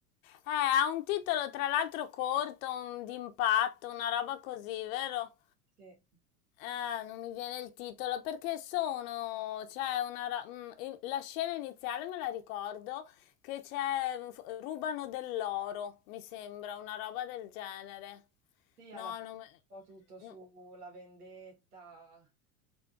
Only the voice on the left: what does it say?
Eh, ha un titolo tra l'altro corto, un- d'impatto, una
roba così, vero?
Ah, non mi viene il titolo perché sono, c'è una, ra- mm, i- la scena iniziale me la ricordo che c'è, mm, f- rubano dell'oro, mi sembra, una roba del genere.
No,
non, me-
no,